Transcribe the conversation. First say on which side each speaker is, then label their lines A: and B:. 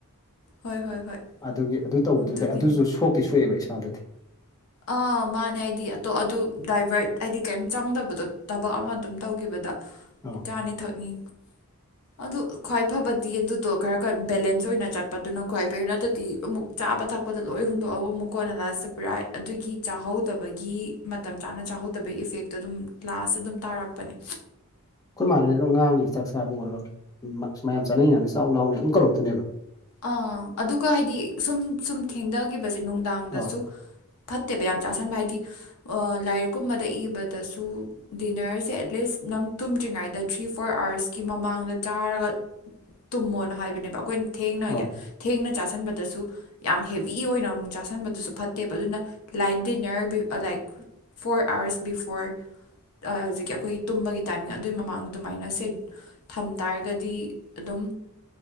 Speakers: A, on the left (about 80°); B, on the left (about 15°).
A: ꯍꯣꯏ ꯍꯣꯏ ꯍꯣꯏ
B: ꯑꯗꯨꯒꯤ ꯑꯗꯨ ꯇꯧꯕꯗꯨꯗ
A: ꯑꯗꯨꯒꯤꯅꯤ
B: ꯑꯗꯨꯖꯨ ꯁꯣꯛꯇꯤ ꯁꯣꯛꯑꯦꯕ ꯏꯁꯥꯗꯗꯤ
A: ꯑꯥ ꯃꯥꯅꯦ ꯍꯥꯏꯗꯤ ꯑꯗꯣ ꯑꯗꯨ ꯗ꯭ꯔꯥꯏꯚꯔꯠ ꯍꯥꯏꯗꯤ ꯀꯩꯝ ꯆꯪꯗꯕꯗꯣ ꯊꯕꯛ ꯑꯃꯥ ꯑꯗꯨꯝ ꯇꯧꯒꯤꯕꯗ
B: ꯑꯥ
A: ꯑꯩꯇꯥꯅꯤ ꯊꯛꯅꯤ ꯑꯗꯨ ꯈ꯭ꯋꯥꯏ ꯐꯕꯗꯤ ꯑꯗꯨꯗꯣ ꯈꯔ ꯈ ꯕꯦꯂꯦꯟꯁ ꯑꯣꯏꯅ ꯆꯠꯄꯗꯨꯅ ꯈ꯭ꯋꯥꯏ ꯐꯩ ꯅꯠꯇꯥꯗꯤ ꯑꯃꯨꯛ ꯆꯥꯕ ꯊꯛꯄꯗ ꯂꯣꯏ ꯍꯨꯟꯗꯣꯛꯑꯧꯌꯃꯨꯛ ꯀꯣꯟꯅ ꯂꯥꯁꯇ ꯄ꯭ꯔꯥꯏ__ ꯑꯗꯨꯒꯤ ꯆꯥꯍꯧꯗꯕꯒꯤ ꯃꯇꯝ ꯆꯥꯅ ꯆꯥꯍꯧꯗꯕꯩ ꯏꯐꯦꯛꯇꯣ ꯑꯗꯨꯝ ꯂꯥꯁꯇ ꯗꯨꯝ ꯇꯥꯔꯛꯄꯅꯦ
B: ꯑꯩꯈꯣꯏ ꯃꯥꯟꯅꯗꯤ ꯗꯨꯝ ꯉꯥꯡꯉꯤ ꯆꯥꯛ ꯆꯥꯕ ꯑꯣꯏꯔꯣ ꯃ ꯃꯌꯥꯝ ꯆꯥꯅꯩꯉꯥꯏꯗ ꯆꯥꯎ ꯂꯥꯎꯅ ꯑꯗꯨꯝ ꯀꯧꯔꯛꯇꯨꯏꯅꯦꯕ
A: ꯑꯥ ꯑꯗꯨꯒ ꯍꯥꯏꯗꯤ ꯁꯨꯝ ꯁꯨꯝ ꯊꯦꯡꯗꯒꯤꯕꯁꯦ ꯅꯨꯡꯗꯥꯡꯗꯁꯨ
B: ꯑꯧ
A: ꯐꯠꯇꯦꯕ ꯌꯥꯝ ꯆꯥꯁꯟꯕ ꯍꯥꯏꯗꯤ ꯑꯥ ꯂꯥꯏꯔꯤꯛ ꯀꯨꯝꯕꯗ ꯏꯕꯗꯁꯨ ꯗꯤꯅ꯭ꯔꯁꯦ ꯑꯦꯠꯂꯤꯁ ꯅꯪ ꯇꯨꯝꯗ꯭ꯔꯤꯉꯥꯏꯗ ꯊ꯭ꯔꯤ ꯐꯣꯔ ꯑ꯭ꯥꯔꯁꯀꯤ ꯃꯃꯥꯡꯗ ꯆꯥꯔꯒ ꯇꯨꯝꯃꯣꯅ ꯍꯥꯏꯕꯅꯦꯕ ꯑꯈꯣꯏꯅ ꯊꯦꯡꯅ
B: ꯑꯧ
A: ꯊꯦꯡꯅ ꯆꯥꯁꯟꯕꯗꯁꯨ ꯌꯥꯝ ꯍꯦꯕꯤ ꯑꯣꯏꯅ ꯑꯃꯨꯛ ꯆꯥꯥꯁꯟꯕꯗꯨꯁꯨ ꯐꯠꯇꯦꯕ ꯑꯗꯨꯅ light dinner view like four hours before ꯑꯥ ꯍꯖꯤꯛꯀꯤ ꯑꯈꯣꯏꯒꯤ ꯇꯨꯝꯕꯒꯤ ꯇꯥꯏꯝꯅꯦ ꯑꯗꯨꯏ ꯃꯃꯥꯡꯗ ꯗꯨꯃꯥꯏꯅ ꯁꯦꯝ ꯊꯝ ꯇꯥꯔꯒꯗꯤ ꯑꯗꯨꯝ